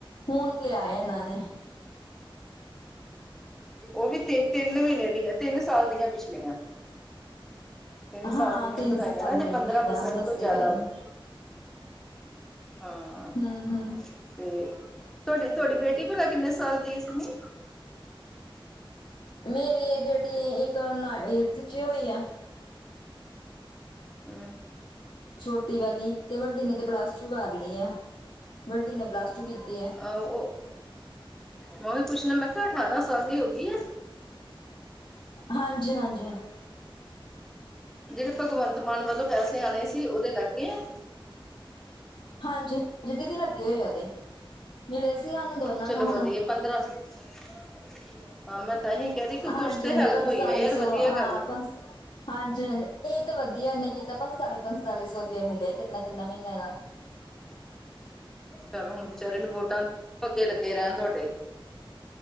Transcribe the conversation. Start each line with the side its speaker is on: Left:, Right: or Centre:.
Left: ਹੁਨ ਲੇਆਏ ਏਨਾਂ ਨੇ।
Centre: ਓ ਵੀ ਤਿੰਨ-ਤਿੰਨ ਮ੍ਹੀਨੇ ਦੀਆਂ, ਤਿੰਨ ਸਾਲ ਦੀਆਂ ਪਿਛਲੀਆਂ। ਤਿੰਨ ਸਾਲ
Left: ਹਾਂ
Centre: ਜੇੜੀਆਂ
Left: ਤਿੰਨ
Centre: ਵਦਾਈਆਂ
Left: ਸਾਲ
Centre: ਨਾ,
Left: ਦੀਆਂ
Centre: ਤੇ ਪੰਦਰਾਂ
Left: ਪਿਛਲੀਆਂ
Centre: ਪ੍ਰਸੈਂਟ
Left: ਉਹ ਦੱਸਦੇ
Centre: ਤੋਂ ਜਾਦਾ
Left: ਪਏ
Centre: ਵਾ। ਹਾਂ।
Left: ਹਮ ਹਮ
Centre: ਤੇ, ਤੂਆਡੀ-ਤੂਆਡੀ ਬੇਟੀ ਭਲਾ ਕਿੰਨੇ ਸਾਲ ਦੀ ਸਿੱਮੀ?
Left: ਮੇਰੀ ਬੇਟੀ ਏ ਏੱਕ ਨਾ ਏਟਥ ਚ ਹੋਈ ਆ
Centre: ਹੂੰ।
Left: ਛੋਟੀ ਵਾਲੀ, ਤੇ ਵੱਡੀ ਨੇ ਤੇ ਪਲੱਸ ਟੂ ਕਾਰ ਲੀ ਆ, ਵੱਡੀ ਨੇ ਪਲੱਸ ਟੂ ਕੀਤੀ ਆ।
Centre: ਆ ਓ ਮੈਂ ਓਹੀ ਪੁੱਛਨਾ, ਮੈਂ ਕੇਆ ਅਠਾਰਾਂ ਸਾਲ ਦੀ ਹੋ ਗਈ ਆ?
Left: ਹਾਂਜੀ-ਹਾਂਜੀ।
Centre: ਜੇੜੇ ਭਗਵੰਤ ਮਾਨ ਵੱਲੋਂ ਪੈਸੇ ਆਣੇ ਸੀ, ਓਦੇ ਲਾੱਗਗੇ ਆ?
Left: ਹਾਂਜੀ, ਜੀ ਦੀਦੀ ਲੱਗੇ ਹੋਏ ਆ ਓਦੇ, ਮਿਲੇ ਸੀ ਆਨੂੰ ਦੋਨਾਂ
Centre: ਚਲੋ
Left: ਨੂੰ
Centre: ਵਧੀਆ
Left: ਹੁਨ।
Centre: <inaudible> ਹੀ ਕਹਿ ਰਹੀ ਕਿ ਕੁਛ
Left: ਹਾਂਜੀ-ਹਾਂਜੀ,
Centre: ਤੇ ਹੈਲਪ
Left: ਪੰਤਾਲੀ
Centre: ਹੋਈ ਆ ਯਾਰ
Left: ਸੌ,
Centre: ਵਧੀਆ
Left: ਹਾਂ,
Centre: ਗੱਲ
Left: ਪੰਸ, ਹਾਂਜੀ-ਹਾਂਜ ਤੇ ਏ ਤੇ ਵਦੀਆ ਉਨੇ ਈ ਕੀਤਾ, ਪੰਸਾਲੀ-ਪੰਸਾਲੀ ਸੌ ਰੁਪੇਆ ਮਿਲੇਆ ਈ ਤਿੰਨਾਂ-ਤਿੰਨਾਂ ਮ੍ਹੀਨਿਆਂ ਦਾ।
Centre: ਚੱਲ ਹੁਨ ਵਚਾਰੇ ਨੂੰ ਵੋਟਾਂ <unintelligible> ਅੱਗੇ ਲੱਗੇ ਰੈਨ ਤੂਆਡੇ।